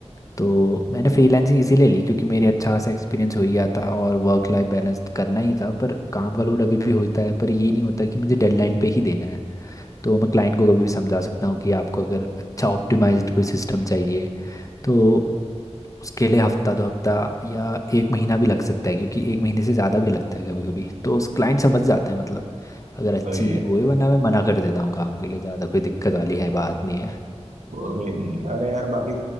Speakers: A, on the left (about 30°); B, on the right (about 85°).
A: तो मैंने फ्रीलांसिंग इसीलिए ली क्योंकि मेरे अच्छा खासा एक्सपीरियंस हो ही गया था और वर्क लाइफ बैलेंस करना ही था पर काम का लोड अभी भी होता है पर ये नहीं होता कि मुझे डेडलाइन पे ही देना है तो मैं क्लाइंट को कभी भी समझा सकता हूँ कि आपको अगर अच्छा ऑप्टिमाइज्ड कोई सिस्टम चाहिए तो उसके लिए हफ्ता दो हफ्ता या एक महीना भी लग सकता है क्योंकि एक महीने से ज़्यादा भी लगता है कभी कभी तो उस क्लाइंट समझ जाते हैं मतलब अगर अच्छी
B: तो ये
A: वो है वरना मैं मना कर देता हूँ काम के लिए ज़्यादा कोई दिक्कत वाली है बात नहीं है
B: बोले नहीं अरे यार बाकी